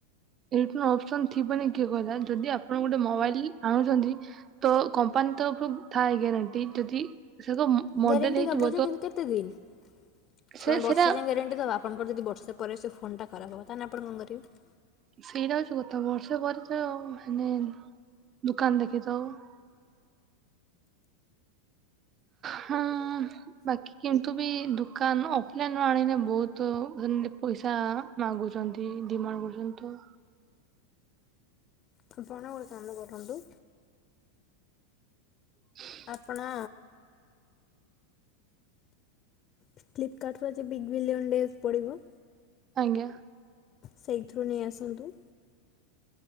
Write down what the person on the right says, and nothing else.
ରିଟର୍ଣ୍ଣ ଅପସନ୍ ଥିବନି କିଏ କହିଲା ଯଦି ଆପଣ ଗୋଟେ ମୋବାଇଲ୍ ଆଣୁଚନ୍ତି ତ କମ୍ପାନୀ ତରଫରୁ ଥାଏ ଗ୍ୟାରେଣ୍ଟି। ଯଦି ସେ ତ ମୋ ମଡେଲ
ହେଇଥିବ
ସେ
ସେଇଟା
ସେଇଟା ହୋଉଚି କଥା ବର୍ଷେ ପରେ ତ ହେନେ ଦୁକାନ ଦେଖେଇତେ ହବ। ହଁ ବାକି କିନ୍ତୁ ବି ଦୁକାନ ଅଫଲାଇନ୍ ରୁ ଆଣିନେ ବହୁତୁ ଘିନ ଏ ପଇସା ମାଗୁଚନ୍ତି ଡିମାନ୍ କରୁଛନ୍ତି ତ
ହୁଁ <inaudible>
ଆଜ୍ଞା।